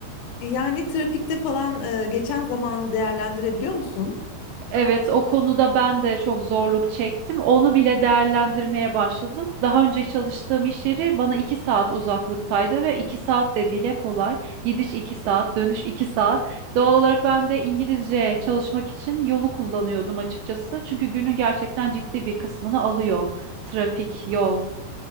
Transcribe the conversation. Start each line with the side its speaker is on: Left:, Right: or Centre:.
Left: Yani trafikte falan e, geçen zamanı değerlendirebiliyor musun?
Right: Evet, o konuda ben de çok zorluk çektim. Onu bile değerlendirmeye başladım. Daha önce çalıştığım iş yeri bana iki saat uzaklıktaydı ve iki saat de dile kolay. Gidiş iki saat, dönüş iki saat. Doğal olarak ben de İngilizce çalışmak için yolu kullanıyordum açıkçası. Çünkü günün gerçekten ciddi bir kısmını alıyor. Trafik, yol.